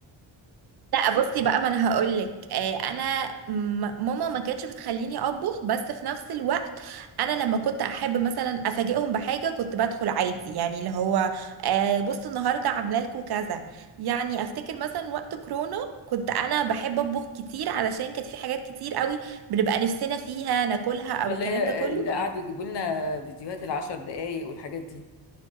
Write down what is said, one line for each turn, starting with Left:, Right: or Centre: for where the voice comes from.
Right: لا بصي بقى ما انا هقولك آه، انا م- ماما ما كانتش بتخليني اطبخ بس في نفس الوقت انا لما كنت احب مثلا افاجئهم بحاجه كنت بدخل عادي يعني اللي هو آه، بصوا النهارده عامله لكم كذا يعني افتكر مثلا وقت كورونا كنت انا بحب اطبخ كتير علشان كانت في حاجات كتير قوي بنبقى نفسنا فيها ناكلها
Left: <laughs>
Right: او
Left: ولا
Right: الكلام
Left: هي
Right: ده كله
Left: اللي قعدوا يجيبوا لنا فيديوهات العشر دقايق والحاجات دي